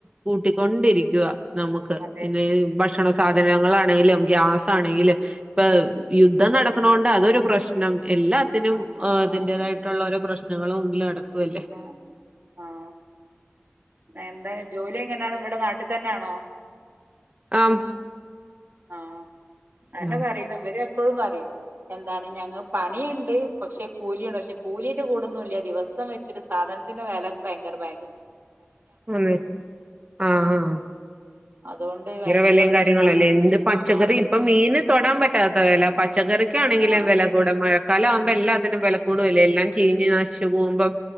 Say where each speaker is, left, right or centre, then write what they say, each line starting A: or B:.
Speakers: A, on the right; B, on the right.
A: കൂട്ടിക്കൊണ്ടിരിക്കുവ നമുക്ക്
B: അതെ.
A: പിന്നെ ഭക്ഷണ സാധനങ്ങളാണെലും ഗ്യാസ് ആണെങ്കിലും ഇപ്പ യുദ്ധം നടക്കണോണ്ട് അതൊരു പ്രശ്നം എല്ലാത്തിനും
B: ആഹ്, ആഹ്,
A: അതിന്റേതായി ട്ടൊള്ള ഓരോ പ്രശ്നങ്ങളും മുമ്പിൽ നടക്കുആല്ലേ
B: ആഹ്. ആഹ് എന്താ ജോലി എങ്ങനാണ് ഇവിടെ നാട്ടി തന്നാണോ
A: ആം
B: ആഹ് അങ്ങനെ
A: ആഹ്
B: പറയുന്നു ഇവര് എപ്പോഴും പറയും എന്താണ് ഞങ്ങ പണിയിണ്ട് പക്ഷെ കൂലിയണ്ട് പക്ഷെ കുലിന്റെ കൂടന്നുല്ല ദിവസം വെച്ചിട്ട് സാധനത്തിന്റെ വെല ഭയങ്കര പകു
A: ആന്നെ ആഹ് ആഹ്
B: അതുകൊണ്ട് ഭയങ്കര
A: വെലയും
B: പ്രശ്നാണ്
A: കാര്യങ്ങളും അല്ലേ എന്ത് പച്ചക്കറി
B: ആഹ് അതെ
A: ഇപ്പ മീന് തൊടാൻ പറ്റാത്ത വെല പച്ചക്കറിക്കാണെങ്കിലും
B: ആഹ്
A: വെല കൂടെ മഴക്കാലം ആവുമ്പ എല്ലാത്തിനും വെലക്കൂടുവല്ലേ എല്ലാം ചീഞ്ഞ് നശിച്ചു പോകുമ്പം